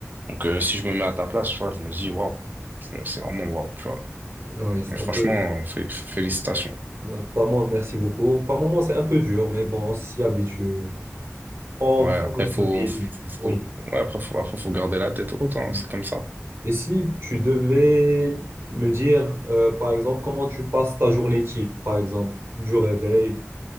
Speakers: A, on the right (about 35°); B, on the right (about 50°).
A: Donc, euh, si je me mets à ta place, tu vois, je me dis, waouh, c'est c'est vraiment waouh, tu vois.
B: Oui, c'est
A: Mais franchement,
B: un peu.
A: euh, fé- félicitations.
B: euh, Par moment, merci beaucoup. Par moment, c'est un peu dur, mais bon, on s'y habitue. On
A: Ouais,
B: prend
A: après,
B: notre
A: faut,
B: rythme.
A: faut, faut-
B: Oui.
A: ouais, après, faut, après, faut garder la tête haute, hein,
B: Oui.
A: c'est comme ça.
B: Et si tu devais me dire, euh, par exemple, comment tu passes ta journée type, par exemple, du réveil